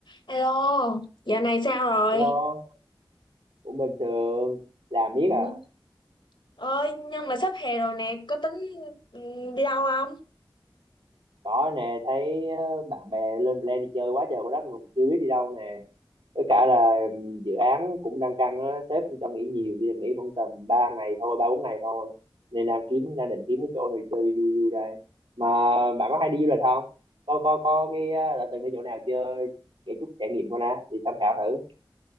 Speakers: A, on the left; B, on the right.
A: Alo, dạo này sao rồi?
B: Hello, cũng bình thường, làm
A: Ừ.
B: biết à,
A: Ơi, nhưng mà sắp hè rồi nè, có tính ừ, đi đâu không?
B: có nè, thấy ờ, bạn bè lên plan đi chơi quá trời quá đất mà cũng chưa biết đi đâu nè, với cả là ừm, dự án cũng đang căng á, sếp cũng cho nghỉ nhiều, chỉ được nghỉ khoảng tầm 3 ngày thôi, ba bốn ngày thôi, nên đang kiếm, đang định kiếm cái chỗ nào đi chơi vui vui đây, mà bạn có hay đi du lịch không? Có, có, có cái, ờ, đã từng đi chỗ nào chơi, kể chút trải nghiệm coi nè, đi tham khảo thử,